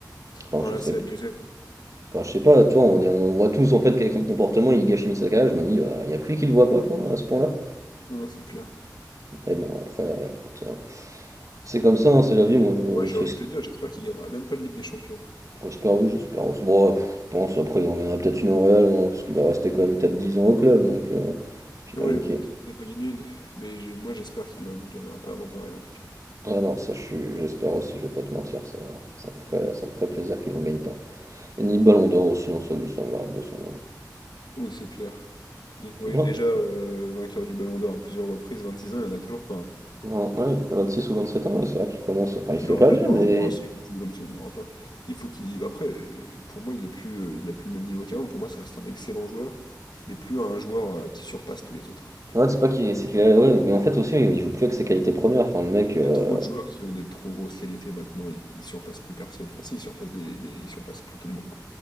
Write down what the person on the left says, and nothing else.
Non,
là,
c'est abusé.
Non, c'est clair.
Ouais, j'ai
envie
de te
dire, j'espère qu'il gagnera même pas de Ligue des Champions.
Oui, bon,
peut-être qu'on va gagner une, mais j'ai- moi j'espère qu'il en gagnera pas avant pareil en tout cas.
Oui, c'est clair. Il est oui,
déjà euh, vainqueur du Ballon d'Or à plusieurs reprises, 26 ans, il n'y en a toujours pas un.
Il
n'aura
pas
de Ballon
d'Or hein, s'il continue comme ça, il n'en aura pas. Il faut qu'il. Après, euh, pour moi, il est plus, euh, il a plus le même niveau qu'avant. Pour moi, ça reste un excellent joueur, mais plus un joueur euh, qui surpasse tous les autres. Tu
vois.
Il
y a trop de joueurs qui ont des trop grosses qualités maintenant, ils, ils surpassent plus personne. Enfin, si, ils surpassent des, mais ils surpassent plus tout le monde.